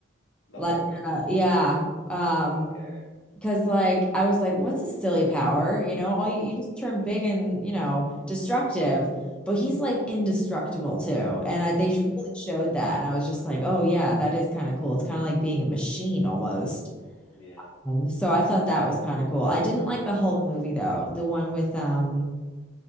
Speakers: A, on the left; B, in the centre.
A: the
B: Like,
A: Hulk.
B: uh, yeah, um,
A: Okay.
B: because like I was like, what's a silly power? You know, all you, you just turn big and you know destructive, but he's like indestructible too, and I, they
A: hmm
B: really showed that, and I was just like, oh yeah, that is kind of cool. It's kind of like being a machine almost.
A: Yeah,
B: Um, So I thought that was kind of cool. I didn't like the Hulk movie though. The one with um